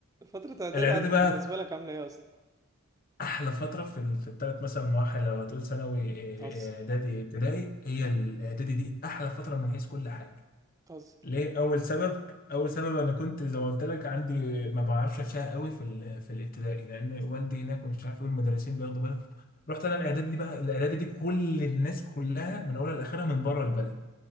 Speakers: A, on the right (about 15°); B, on the left (about 40°).
A: فترة اعدادي
B: الاعدادي
A: عدت
B: بقى
A: بالنسبة لك عاملة ايه اصلا؟
B: احلى فتره في ال- في الثلاث مثلا مراحل لو هتقول ثانوي
A: بتهزر
B: آه، آه، اعدادي ابتدائي هي الاعدادي دي احلى فتره من حيث كل حاجه
A: بتهزر
B: ليه اول سبب اول سبب انا كنت زي ما قلت لك عندي ما بعرفش اشياء قوي في ال- في الابتدائي لان والدي هناك ومش عارف ايه المدرسين بياخدوا بالهم رحت انا
A: اه
B: الاعدادي دي بقى الاعدادي دي كل الناس كلها من اولها لاخرها من بره البلد